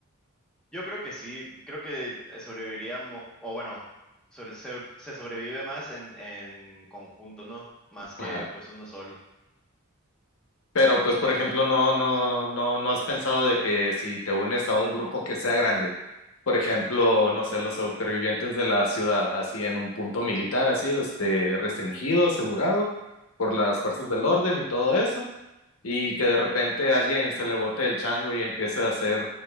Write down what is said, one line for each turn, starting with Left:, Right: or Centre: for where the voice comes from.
Centre: Yo creo que sí, creo que eh, sobreviviríamos, o bueno, sobre, se, se sobrevive más en, en conjunto, ¿no? Más que
Left: Ajá.
Centre: pues uno solo.
Left: Pero pues, por ejemplo, no, no, no, no has pensado de que si te unes a un grupo que sea grande, por ejemplo, no sé, los supervivientes de la ciudad, así en un punto militar, así, este, restringido, asegurado por las fuerzas del orden y todo eso. y que de repente alguien se le bote el chango y empiece a hacer